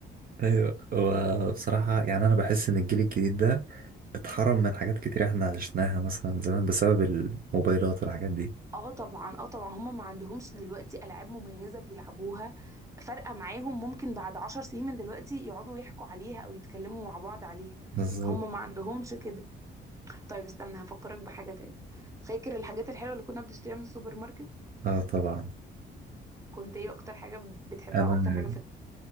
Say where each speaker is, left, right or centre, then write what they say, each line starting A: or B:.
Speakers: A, on the right (about 45°); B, on the right (about 15°).
A: ايوه وبصراحة يعني انا بحس ان الجيل الجديد ده اتحرم من حاجات كتير احنا عشناها مثلا زمان بسبب الموبايلات والحاجات دي
B: اه طبعا اه طبعا هم ما عندهمش دلوقتي العاب مميزه بيلعبوها فارقه معاهم ممكن بعد عشر سنين من دلوقتي يقعدوا يحكوا عليها او يتكلموا مع بعض عليها
A: بالظبط
B: هم ما عندهمش كده طيب استنى هفكرك بحاجة تاني فاكر الحاجات الحلوة اللي كنا بنشتريها من السوبر ماركت
A: اه طبعا
B: كنت ايه اكتر حاجة بتحبها
A: انا
B: اكتر حاجة فاكرها